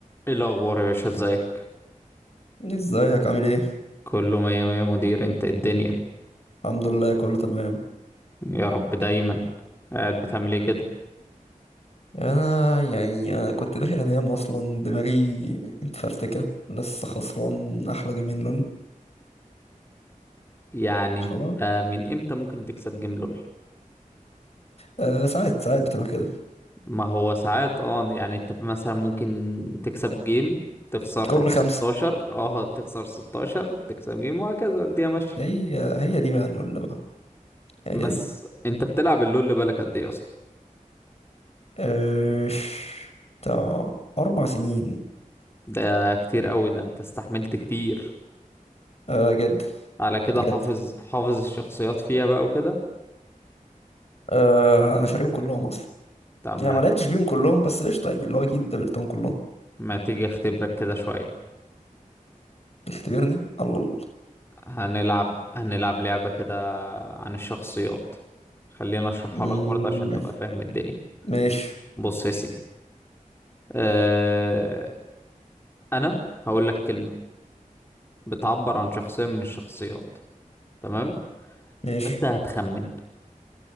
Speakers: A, on the left; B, on the left.
A: ايه الاخبار يا باشا ازيك
B: ازيك عامل ايه
A: كله مية مية مدير انت إيه الدنيا
B: الحمد لله كله تمام
A: يا رب دايما قاعد بتعمل ايه كده
B: انا يعني انا كنت داخل انام اصلا دماغي متفرتكه لسه خسران احلى جيمين لول
A: يعني
B: وخلاص
A: انت من امتى ممكن تكسب جيم لول
B: أه ساعات ساعات بتبقى كده
A: ما هو ساعات اه يعني انت مثلا ممكن تكسب جيم تخسر
B: كل خمسه
A: 16 اه تخسر 16 تكسب جيم وهكذا الدنيا ماشية
B: هي هي دي بقى لول بقى هي
A: بس
B: دي
A: انت بتلعب اللول بقالك قد ايه اصلا
B: أه ش- بتاع اربع سنين
A: ده كتير قوي ده انت استحملت كتير
B: أه جد
A: على كده
B: جد
A: حافظ حافظ الشخصيات فيها بقى وكده
B: أه انا شاريهم كلهم اصلا
A: طب
B: يعني
A: ما
B: ما لعبتش بيهم كلهم بس قشطه يعني اللي هو اكيد قابلتهم كلهم
A: ما تيجي اختبرك كده شوية
B: اختبرني الله الله
A: هنلعب هنلعب لعبة كده عن الشخصيات خلينا اشرحها
B: مم،
A: لك برضه عشان تبقى فاهم الدنيا
B: ماشي
A: بص يا سيدي أه... انا هقول لك كلمة بتعبر عن شخصية من الشخصيات تمام
B: ماشي
A: وانت هتخمن